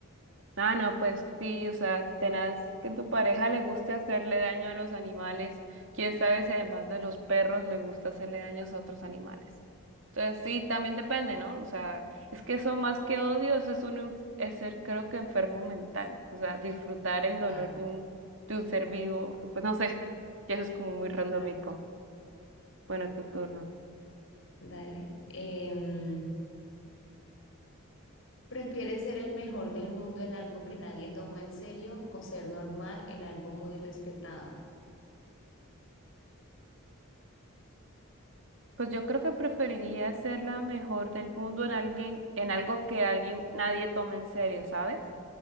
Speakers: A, on the right; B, on the left.
A: Ah, no, pues sí, o sea, tenaz que tu pareja le guste hacerle daño a los animales. Quién sabe si además de los perros le gusta hacerle daños a otros animales. Entonces sí, también depende, ¿no? O sea, es que eso más que odio, eso es un, enf- es ser creo que enfermo mental. O sea, disfrutar el dolor
B: Da-
A: de un, de un ser vivo, pues no sé, <laughs> ya eso es como muy randómico.
B: Dale.
A: Bueno, tu turno.
B: dale. Em, ¿prefieres ser el mejor del mundo en algo que nadie toma en serio o ser normal en algo muy respetado?
A: Pues yo creo que preferiría ser la mejor del mundo en alguien, en algo que alguien, nadie tome en serio, ¿sabes?